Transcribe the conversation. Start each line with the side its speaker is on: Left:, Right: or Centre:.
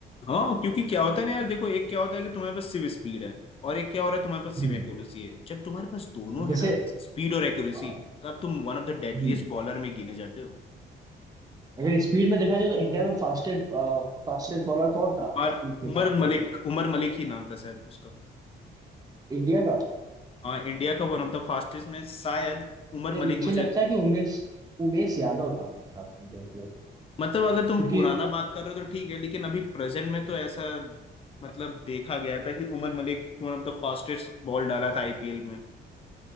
Left: हाँ क्योंकि क्या होता है ना यार देखो एक क्या होता है कि तुम्हारे पास सिर्फ स्पीड है और एक क्या हो रहा है तुम्हारे पास सिर्फ
Right: हम्म
Left: एक्यूरेसी है जब तुम्हारे पास दोनों
Right: और जैसे
Left: है ना स्पीड और एक्यूरेसी
Right: अ,
Left: तो अब तुम one of the deadliest
Right: हम्म
Left: bowler में गिने जाते हो
Right: अगर स्पीड में देखा जाए तो इंडिया में फास्टेस्ट फास्टेस्ट बॉलर कौन था
Left: उमर
Right: स्पीड के हिसाब
Left: उमर
Right: से
Left: मलिक
Right: देखो
Left: उमर मलिक ही नाम था शायद उसका
Right: इंडिया का
Left: हाँ इंडिया का वन ऑफ द फास्टेस्ट में शायद उमर
Right: नहीं
Left: मलिक
Right: मुझे
Left: मुझे
Right: लगता है कि उमेश उमेश यादव था मेरे हिसाब से मुझे ऐसा लग रहा है।
Left: मतलब अगर तुम
Right: क्योंकि
Left: पुराना बात कर रहे हो तो ठीक है लेकिन अभी प्रेजेंट में तो ऐसा मतलब देखा गया था कि Umar Malik one of the fastest ball डाला था आईपीएल में